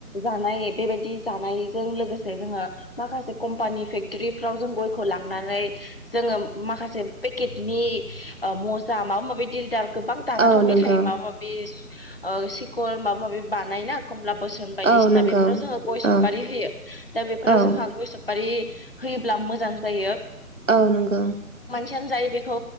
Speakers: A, on the left; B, on the right.
A: जानाय बेबायदि जानायजों लोगोसे जोङो माखासे कम्पानि फेक्टरिफ्राव जों गय खौ लांनानै जोङो माखास जे पेकेतनि ओ मजा माबा माबि दिलदार गोबां
B: औ
A: दानाथ'
B: औ नंगौ
A: मेथाय माबा माबि ओ सिखर माबा माबि बानायोना खमलाब बोसोन बायदिसिना
B: औ नंगौ
A: बेफोराव जोंओ गय सपारि
B: औ
A: होयो दा बेफोराव
B: औ
A: जोंहा गय सफपारि होयोब्ला मोजां जायो।
B: औ नंगौ।
A: थेयान जायो बेखौ